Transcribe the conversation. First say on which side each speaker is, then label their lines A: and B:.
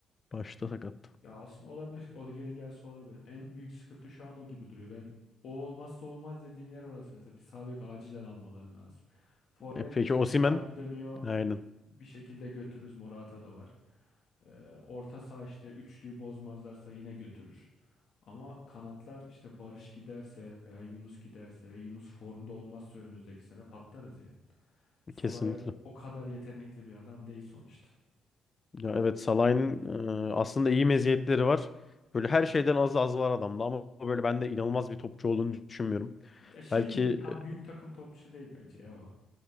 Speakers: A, on the left; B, on the left.
A: başta sakat.
B: Ya aslında olabilir ki o da geri gelse olabilir. En büyük sıkıntı şu an o gibi duruyor. Ben o olmazsa olmaz dediğim yer orası mesela. Bir sağ bek acilen almaları lazım. Forvet
A: E, peki
B: işte
A: Osimhen?
B: Icardi dönüyor.
A: Aynen.
B: Bir şekilde götürürüz. Morata da var. Ee, orta saha işte üçlüyü bozmazlarsa yine götürür. Ama kanatlar işte Barış giderse veya Yunus giderse Yunus formda olmazsa önümüzdeki sene patlarız yani. Salah'ı
A: Kesinlikle.
B: o kadar yetenekli bir adam değil sonuçta.
A: Ya, evet Salah'ın e, aslında iyi meziyetleri var. Böyle her şeyden az az var adamda ama böyle ben de inanılmaz bir topçu olduğunu düşünmüyorum.
B: Ya şey
A: Belki
B: gibi değil. Tam
A: e,
B: büyük takım topçusu değil bence ya o.